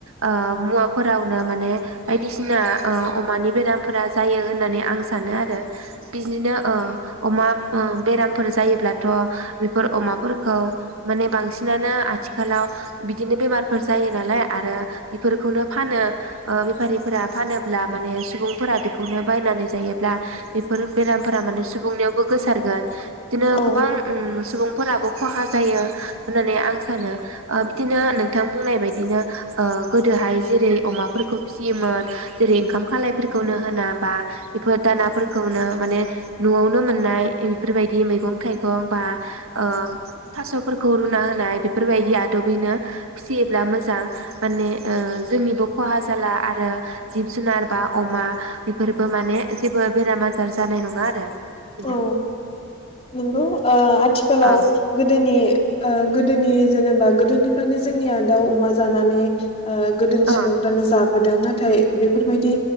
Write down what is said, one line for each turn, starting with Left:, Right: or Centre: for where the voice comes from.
Right: ओ मुवाफोरावनो माने बायदिसिना ओ अमानि बेरामफोरा जायो होननानै आं सानो आरो। बिदिनो ओ अमा बेरामफोर जायोब्लाथ बेफोर अमाफोरखौ माने बांसिनानो आथिखालाव बिदिनो बेमारफोर जायो नालाय आरो बेफोरखौनो फानो ओ बेफारिफोरा फानोब्ला माने सुबुंफोरा बेखौनो बायनानै जायोब्ला बेफोर बेराम फोरा माने सुबुंनियावबो गोसारगोन बिदिनो
Left: औ
Right: गोबां ओ सुबुं फोराबो खहा जायो। होननानै आं सानो बिदिनो नोंथां बुंनाय बायदिनो ओ गोदोहाय जेरै अमाफोरखौ फिसियोमोन जेरै ओंखाम खालायफोरखौनो होना बा बेफोर दानाफोरखौनो माने नआवनो मोननाय बेफोरबायदि मैगं थाइगं बा ओ थासफोरखौ खौ रुना होनाय बेफोरबायदि आदबैनो फिसियोब्ला मोजां माने जोंनिबो खहा जाला आरो जिब जुनार बा अमा बेफोरबो माने जेबो बेराम आजार जानाय नङा आरो। बिदिनो
Left: औ नंगौ ओ आथिखाल आथिखालाव
Right: औ
Left: गोदोनि ओ गोदोनि जेनेबा गोदोनिफ्रायनो जोंनिया दाउ अमा जानानै ओ गोदोनि
Right: औ
Left: सुबुंफ्रानो जाब नाथाय बेफोरबायदि